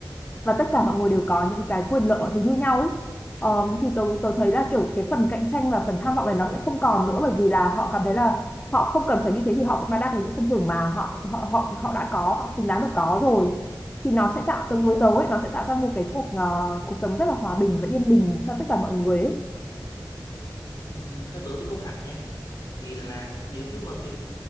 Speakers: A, on the left; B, on the left.
A: và tất cả mọi người đều có những cái quyền lợi mọi thứ như nhau ấy Ờ, thì tôi tôi thấy là kiểu cái phần cạnh tranh và phần tham vọng này nó sẽ không còn nữa bởi vì là họ cảm thấy là họ không cần phải như thế thì họ cũng đã đạt được những phần thưởng mà họ họ họ họ đã có họ xứng đáng được có rồi thì nó sẽ tạo từ với tớ nó sẽ tạo ra một cái cuộc ờ, cuộc sống rất là hòa bình và yên bình cho tất cả mọi người ấy
B: Ừm, theo tớ thì không hẳn nha tại vì là nếu như mà kiểu,